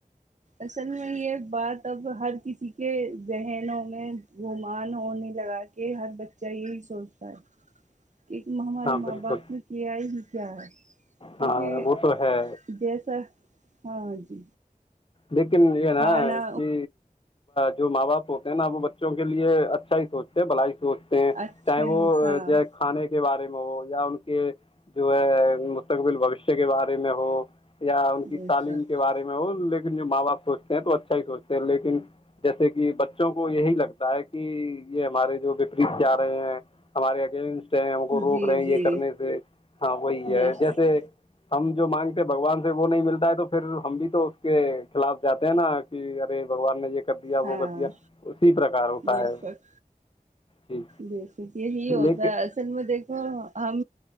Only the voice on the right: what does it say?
اصل میں یہ بات اب ہر کسی کے ذہنوں میں گمان ہونے لگا کہ ہر بچہ یہی سوچتا ہے ایک ہمارے
ماں
باپ نے کیا ہی کیا ہے کیونکہ
جیسا ہاں جی
کھانا
اچھا
ہی
ہاں
بے
شک
جی
جی
بے
شک
ہاں
بے
شک
بے شک یہی ہوتا
ہے ایسا ن میں دیکھو ہم